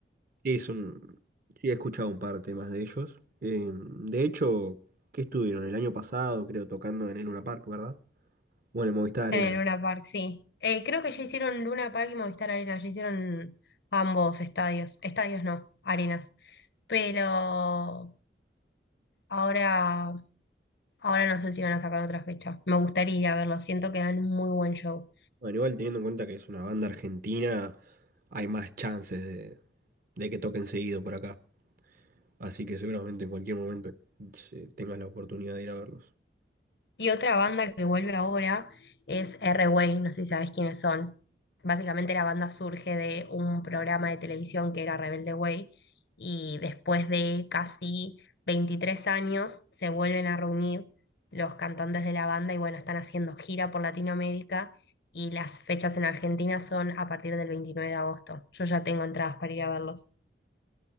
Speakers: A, on the right; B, on the left.
A: Sí, es un... sí, he escuchado un par de temas de ellos. Eh, de hecho, ¿qué estuvieron? El año pasado, creo, tocando en el Luna Park, ¿verdad? Bueno, en Movistar Arena.
B: En el Luna Park, sí. Eh, creo que ya hicieron Luna Park y Movistar Arena, ya hicieron ambos estadios. Estadios no, arenas. Pero Ahora, ahora no sé si van a sacar otra fecha. Me gustaría ir a verlo, siento que dan un muy buen show.
A: Bueno, igual teniendo en cuenta que es una banda argentina, hay más chances de, de que toquen seguido por acá. Así que seguramente en cualquier momento eh, tengas la oportunidad de ir a verlos.
B: Y otra banda que vuelve ahora es R-Way, no sé si sabes quiénes son. Básicamente la banda surge de un programa de televisión que era Rebelde Way y después de casi 23 años se vuelven a reunir los cantantes de la banda y bueno, están haciendo gira por Latinoamérica y las fechas en Argentina son a partir del 29 de agosto. Yo ya tengo entradas para ir a verlos.